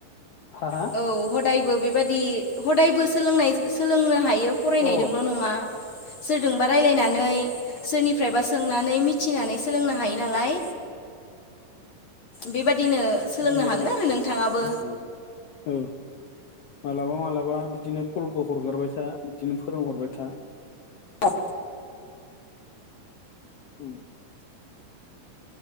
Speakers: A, on the left; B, on the left.
A: हारा
B: औ हदायबो बेबादि हदायबो सोलोंनाय सोलोंनो हायो फरायनायजोंल'
A: अ
B: नङा। सोरजोंबा रायजलायनानै सोरनिफ्रायबा सोंनानै मिथिनानै सोलोंनो हायो नालाय। बेबादिनो सोलोंनो
A: बिदि मोजां
B: हागोन आरो नोंथाङाबो
A: आंखौबो औ मालाबा मालाबा बिदिनो गलफ हरगारबाय था बिदिनो फोरोंहरबाय था
B: अ'
A: उम